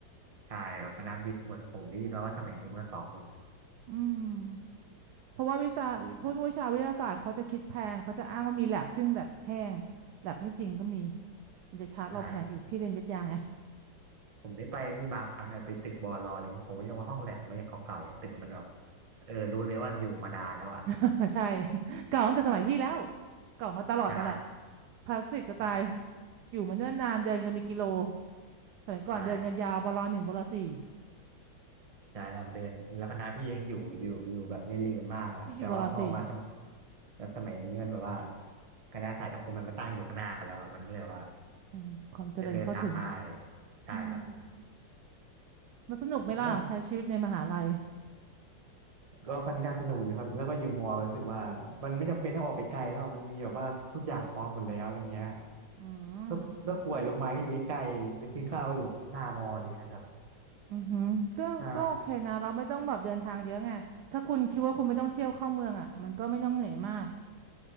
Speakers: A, on the right (about 25°); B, on the right (about 75°).
A: ใช่แบบคณะวิทย์เหมือนผมได้ยินมาว่าสมัยนี้มันก็สองหมื่น
B: อืมเพราะว่าวิชาผู้ช่วยชาวิทยาศาสตร์เขาจะคิดแพงเขาจะอ้างว่ามีแลบซึ่งแลบแห้ง
A: อ่า
B: แลบไม่จริงก็มีมันจะชาร์จเราแพงอีกพี่เรียนวิทยาไง
A: ใช่ผมได้ไปนี่บางครั้งอะไปตึกบอลออะไรเงี้ยโหยังว่าห้องแลบมันก็ยังเก่าๆอย่างตึกมันแบบเออรู้เลยว่าอยู่มานานแล้วอ่ะ
B: <laughs> ใช่เก่าตั้งแต่สมัยพี่แล้วเก่ามาตลอดนั่นแหละ
A: ใช่
B: คลาสสิกจะตาย
A: ใช่
B: อยู่มาเนิ่นนานเดินกันเป็นกิโลสมัยก่อนเดินกันยาวบลหนึ่งบลสี่
A: ใช่ ใช่ครับเดินแล้วคณะพี่ยังอยู่อยู่อยู่แบบในเรือมากอะแต่ว่าพอมาสมัคร
B: พี่อยู่บลสี่
A: แล้วสมัยนี้มันแบบว่าคณะสายสังคมมันมาตั้งอยู่ข้างหน้ากันแล้วอะมันก็เลยว่า
B: อืมความเจริญเข้าถึง
A: จะเดินทางง่ายใช่ครับ
B: อืมมันสนุกไหมล่ะใช้ชีวิตในมหาลัย
A: แล้วก็ค่อนข้างสนุกอยู่ครับแล้วก็อยู่มอรู้สึกว่ามันไม่จำเป็นต้องออกไปไกลแล้วอะมันมีแบบว่าทุกอย่างพร้อมหมดแล้วอะไรเงี้ย
B: อืม
A: แล้วแล้วป่วยโรงพยาบาลก็อยู่ใกล้ๆไปซื้อข้าวก็อยู่แบบหน้ามออะไรเงี้ยครับ
B: ก็ยังโอเค อือหือก็ก็โอเคนะเราไม่ต้องแบบเดินทางเยอะไงถ้าคุณคิดว่าคุณไม่ต้องเที่ยวเข้าเมืองอ่ะมันก็ไม่ต้องเหนื่อยมาก
A: ใช่